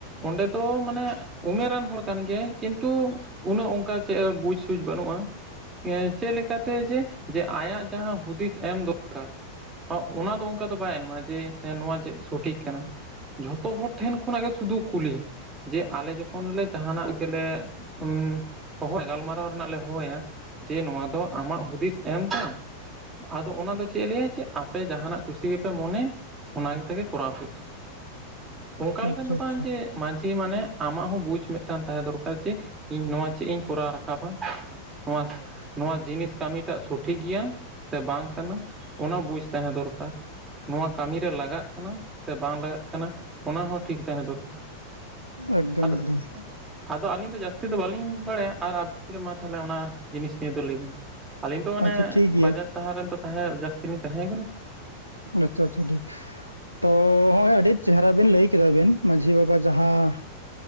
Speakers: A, on the right; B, on the right.
A: ᱚᱸᱰᱮ ᱫᱚ ᱢᱟᱱᱮ ᱩᱢᱮᱨᱟᱱ ᱦᱚᱲ ᱠᱟᱱ ᱜᱮᱭᱟᱭ, ᱠᱤᱱᱛᱩ ᱩᱱᱟᱹᱜ ᱚᱱᱠᱟ ᱪᱮᱫ ᱵᱩᱡᱽ ᱥᱩᱡ ᱵᱟᱹᱱᱩᱜᱼᱟ᱾ ᱪᱮᱫ ᱞᱮᱠᱟᱛᱮ? ᱡᱮ ᱡᱮ ᱟᱭᱟᱜ ᱡᱟᱦᱟᱸ ᱦᱩᱫᱤᱥ ᱮᱢ ᱫᱚᱨᱠᱟᱨ ᱚᱱᱟ ᱫᱚ ᱚᱱᱠᱟ ᱫᱚ ᱵᱟᱭ ᱮᱢᱟ, ᱡᱮ ᱦᱮᱸ ᱱᱚᱣᱟ ᱪᱮᱫ ᱥᱚᱴᱷᱤᱠ ᱠᱟᱱᱟ? ᱡᱷᱚᱛᱚ ᱦᱚᱲ ᱴᱷᱮᱱ ᱠᱷᱚᱱᱟᱜ ᱜᱮ ᱥᱩᱫᱩ- ᱠᱩᱞᱞᱤ ᱡᱮ ᱟᱞᱮ ᱡᱚᱠᱷᱚᱱ ᱞᱮ ᱡᱟᱦᱟᱱᱟᱜ ᱜᱮᱞᱮ <unintelligible> ᱦᱚᱦᱚ ᱜᱟᱞᱢᱟᱨᱟᱣ ᱨᱮᱱᱟᱜ ᱞᱮ ᱦᱚᱦᱚᱭᱟ ᱡᱮ ᱱᱚᱣᱟ ᱫᱚ ᱟᱢᱟᱜ ᱦᱩᱫᱤᱥ ᱮᱢ ᱛᱟᱢ᱾ ᱟᱫᱚ ᱚᱱᱟ ᱫᱚ ᱪᱮᱫ ᱞᱟᱹᱭᱟ ᱡᱮ ᱟᱯᱮ ᱡᱟᱦᱟᱱᱟᱜ ᱠᱩᱥᱤ ᱜᱮᱯᱮ ᱢᱚᱱᱮ ᱚᱱᱟ ᱛᱮᱜᱮ ᱠᱚᱨᱟᱣ ᱦᱩᱭᱩᱜ ᱛᱟᱢᱟ, ᱚᱱᱠᱟ ᱞᱮᱠᱟᱱ
B: ᱟᱪᱪᱷᱟ
A: ᱫᱚ
B: ᱟᱪᱪᱷᱟ
A: ᱵᱟᱝ᱾ ᱢᱟᱹᱡᱷᱤ ᱢᱟᱱᱮ ᱟᱢᱟᱜ ᱦᱚᱸ ᱵᱩᱡᱽ ᱢᱤᱫᱴᱟᱝ ᱛᱟᱦᱮᱸ ᱫᱚᱨᱠᱟᱨ ᱡᱮ ᱤᱧ ᱱᱚᱣᱟ ᱪᱮᱫ ᱤᱧ ᱠᱚᱨᱟᱣ ᱨᱟᱠᱟᱵᱟ? ᱱᱚᱣᱟ ᱱᱚᱣᱟ ᱡᱤᱱᱤᱥ ᱠᱟᱹᱢᱤᱴᱟᱜ ᱥᱚᱴᱷᱤᱠ ᱜᱮᱭᱟ ᱥᱮ ᱵᱟᱝ ᱠᱟᱱᱟ ᱚᱱᱟ ᱵᱩᱡᱽ ᱛᱟᱦᱮᱸ ᱫᱚᱨᱠᱟᱨ᱾ ᱱᱚᱣᱟ ᱠᱟᱹᱢᱤᱨᱮ ᱞᱟᱜᱟᱜ ᱠᱟᱱᱟ ᱥᱮ ᱵᱟᱝ ᱞᱟᱜᱟᱜ ᱠᱟᱱᱟ ᱚᱱᱟ ᱦᱚᱸ ᱴᱷᱤᱠ ᱛᱟᱦᱮᱸ ᱫᱚᱨᱠᱟᱨ᱾
B: ᱮᱠᱫᱚᱢ
A: ᱟᱫᱚ
B: ᱮᱠᱫᱚᱢ,
A: ᱟᱫᱚ ᱟᱹᱞᱤᱧ ᱫᱚ ᱡᱟᱹᱥᱛᱤ ᱫᱚ ᱵᱟᱹᱞᱤᱧ ᱵᱟᱲᱟᱭᱟ ᱟᱨ ᱟᱹᱵᱤᱱ ᱜᱮ ᱢᱟ ᱛᱟᱦᱚᱞᱮ ᱚᱱᱟ ᱡᱤᱱᱤᱥ ᱱᱤᱭᱟᱹᱮ ᱫᱚ ᱞᱟᱹᱭ ᱵᱤᱱ ᱟᱞᱤᱧ ᱫᱚ ᱚᱱᱮ
B: ᱟᱪᱪᱷᱟ ᱴᱷᱤᱠ ᱜᱮᱭᱟ
A: ᱵᱟᱡᱟᱨ ᱥᱟᱦᱟᱨ ᱨᱮᱱ ᱛᱚ ᱛᱟᱦᱮᱸ ᱡᱟᱹᱥᱛᱤ ᱞᱤᱧ ᱛᱟᱦᱮᱸ ᱠᱟᱱᱟ ᱛᱚ
B: ᱟᱪᱷᱟ ᱟᱪᱷᱟ ᱴᱷᱤᱠ ᱛᱚ ᱦᱚᱸᱜᱼᱚᱭ ᱟᱹᱰᱤ ᱪᱮᱦᱨᱟ ᱵᱤᱱ ᱞᱟᱹᱭ ᱠᱮᱫᱟ ᱵᱤᱱ᱾ ᱢᱟᱹᱡᱷᱤ ᱵᱟᱵᱟ ᱡᱟᱦᱟᱸ